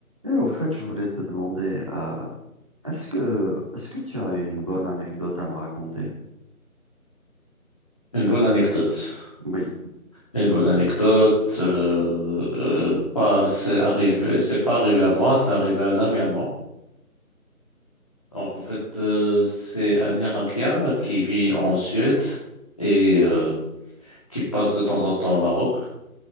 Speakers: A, on the right; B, on the left.
A: Et au fait, je voulais te demander, euh, est-ce que, est-ce que tu as une bonne anecdote à me raconter?
B: Une bonne anecdote.
A: Oui.
B: Une bonne anecdote. euh, euh, pas, c'est arrivé, c'est pas arrivé à moi, c'est arrivé à un ami à moi. En fait, euh, c'est un Irakien qui vit en Suède et euh, qui passe de temps en temps au Maroc.